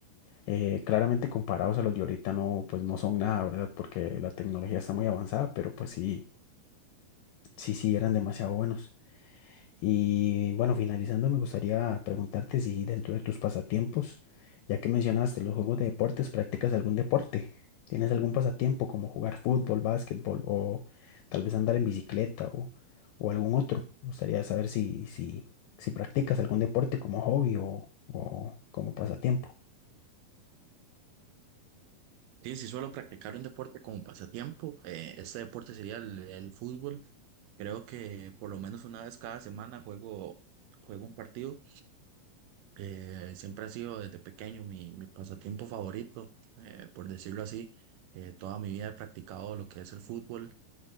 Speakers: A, on the left; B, on the right.
A: Eh, claramente comparados a los de ahorita no, pues no son nada, ¿verdad? Porque la tecnología está muy avanzada, pero pues sí, sí, sí eran demasiado buenos. Y bueno, finalizando, me gustaría preguntarte si dentro de tus pasatiempos, ya que mencionaste los juegos de deportes, ¿practicas algún deporte? ¿Tienes algún pasatiempo como jugar fútbol, básquetbol o tal vez andar en bicicleta o, o algún otro? Me gustaría saber si, si, si practicas algún deporte como hobby o, o como pasatiempo.
B: Sí, si suelo practicar un deporte como pasatiempo, eh, este deporte sería el, el fútbol. Creo que por lo menos una vez cada semana juego, juego un partido. Eh, siempre ha sido desde pequeño mi, mi pasatiempo favorito, eh, por decirlo así. Eh, toda mi vida he practicado lo que es el fútbol.